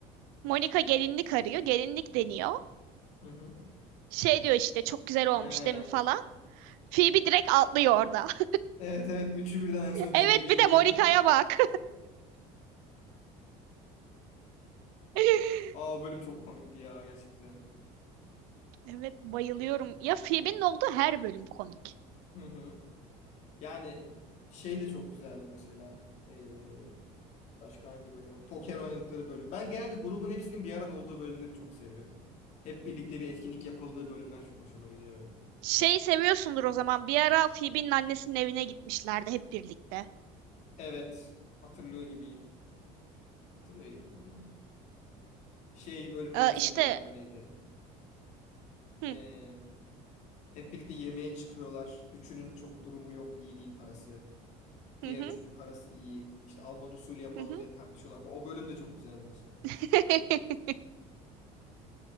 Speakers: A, on the right; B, on the left.
A: Monica gelinlik arıyor. Gelinlik deniyor.
B: Hı hı.
A: Şey diyor işte çok güzel olmuş
B: He.
A: değil mi falan. Phoebe direkt atlıyor orada. <laughs>
B: Evet evet üçü birden en son gelinliği
A: Evet bir
B: giyip.
A: de Monica'ya
B: <laughs>
A: bak. <laughs>
B: Aa o bölüm çok komikti ya gerçekten.
A: Evet bayılıyorum. Ya Phoebe'nin olduğu her bölüm komik.
B: Hı hı. Yani şey de çok güzeldi mesela. Ee, Başka hangi bölüm var? Poker oynadıkları bölüm. Ben genelde grubun hepsinin bir arada olduğu bölümleri çok seviyorum. Hep birlikte bir etkinlik yapıldığı bölümler çok hoşuma gidiyor benim.
A: Şey seviyorsundur o zaman. Bir ara Phoebe'nin annesinin evine gitmişlerdi hep birlikte.
B: Evet. Hatırlıyor gibiyim. Hatırlıyor gibiyim ama. Şey bölümü
A: Ee,
B: mesela
A: işte
B: öyleydi.
A: hı
B: Ee, hep birlikte yemeğe çıkıyorlar. Üçünün çok durumu yok. iyi değil parası.
A: hı
B: Diğer
A: hı.
B: üçünün parası iyi. İşte Alman usulü yapalım
A: hı hı.
B: diye tartışıyorlar falan. O bölüm de çok güzeldi mesela.
A: <laughs>